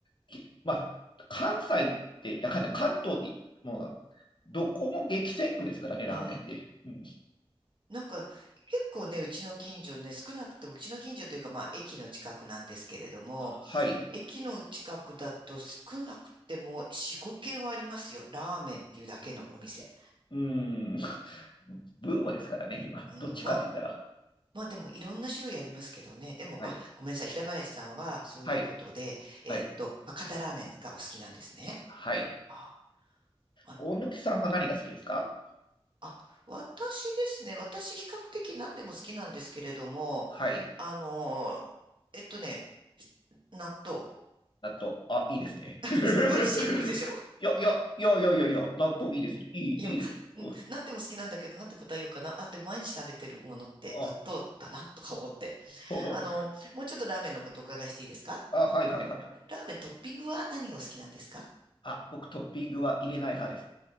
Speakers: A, on the left; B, on the right.
A: きまあ、関西って、いや関関東って、もう、どこも激戦区ですからね、
B: うん。
A: ラーメンって。うん。
B: なんか、結構ね、うちの近所ね、少なくともうちの近所というか、まあ駅の近くなんですけれども、
A: はい。
B: 駅の近くだと少なくても4、5軒はありますよ。ラーメンっていうだけのお店。
A: うーん。ブームですからね、今。
B: うん、
A: どっちかって言ったら。
B: まあ、まあでもいろんな種類ありますけどね。でも、
A: はい。
B: あ、ごめんなさい。平林さんはそういうことで、
A: はい。
B: えーっと、
A: はい。
B: 博多ラーメンがお好きなんですね。
A: はい。
B: あ、あの、
A: 大貫さんは何が好きですか
B: あ、私ですね。私比較的何でも好きなんですけれども、
A: はい。
B: あのー、えっとね、納豆。
A: 納豆。あ、
B: うん
A: いいですね。<laughs>
B: すごいシンプルでしょ
A: いや、いや、いや、いや、いや、いや、納豆いいですよ。いい、
B: 今、
A: いいです。
B: うん、
A: うん
B: 何でも好きなんだけど、なんて答えようかな。あ、でも毎日食べてるものって納豆だな、
A: あ、
B: とか思って。
A: ほう
B: あの、もうちょっとラーメンのことお伺いしていいですか
A: あ、はい、はい、はい、はい。
B: ラーメントッピングは何がお好きなんですか
A: あ、僕トッピングは入れない派です。